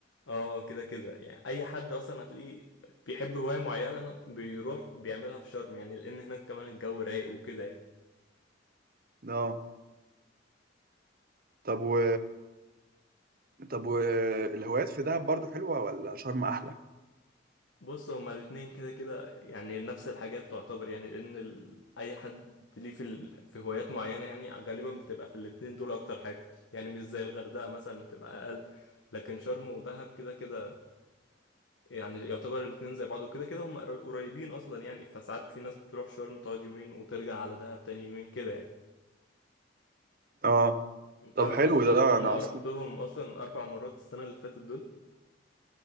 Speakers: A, on the left (about 85°); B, on the right (about 50°).
A: اه كده كده يعني اي حد اصلا هتلاقيه بيحب هوايه معينه بيروح بيعملها في شرم يعني لان هناك كمان الجو رايق وكده يعني
B: اه طب و طب و الهوايات في دهب برضو حلوة ولا شرم أحلى؟
A: بص هما الاتنين كده كده يعني نفس الحاجات تعتبر يعني لأن ال... أي حد ليه في ال... في هوايات معينة يعني غالبا بتبقى في الاتنين دول أكتر حاجة يعني مش زي الغردقة مثلا بتبقى أقل لكن شرم ودهب كده كده يعني يعتبر الاتنين زي بعض وكده كده هما قر- قريبين أصلا يعني فساعات في ناس بتروح شرم تقعد يومين وترجع على دهب تاني يومين كده يعني
B: اه
A: أنت
B: طب
A: عارف
B: حلو
A: أصلا
B: ده,
A: اللي
B: ده
A: أنا
B: أنا أصلا
A: رحتهم أصلا أربع مرات السنة اللي فاتت دول